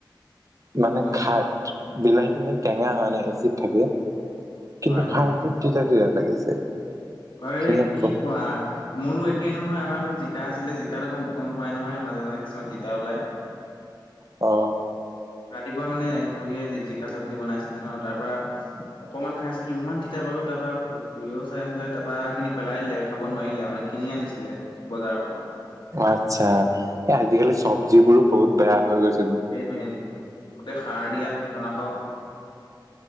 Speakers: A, on the right; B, on the left.
A: মানে
B: অ
A: ক্ষাত বিলাহীতো এনে টেঙা হয় নাই। এচিড থাকে কিন্তু
B: হয়
A: খাও যে তিতা তিতা লাগিছে।
B: আৰে
A: কিনো কম
B: কি কোৱা মোৰো একে নহয়। আমাৰ ঘৰত জিকা আছিলে জিকাটো গম পোৱাই নহয় মাজে মাজে কিছুমান তিতা ওলায়।
A: অ।
B: ৰাতিপুৱা মানে খুৰীয়ে জিকা চবজি বনাইছিলে ন তাৰ পৰা অকনমান খাইছিলো ইমান তিতা পালো তাৰপৰা খুৰিও চাই আছিলে তাপা সেইখিনি পেলাই দিলে খাব নোৱাৰিলে আও। মানে কি কিনি আনিছিলে বজাৰ পৰা।
A: আত্চ্ছা এই আজিকালি চবজিবোৰো বহুত বেয়া হৈ গৈছ-
B: সেইটোৱে এনে গোটেই সাৰ দিয়া কীটনাশক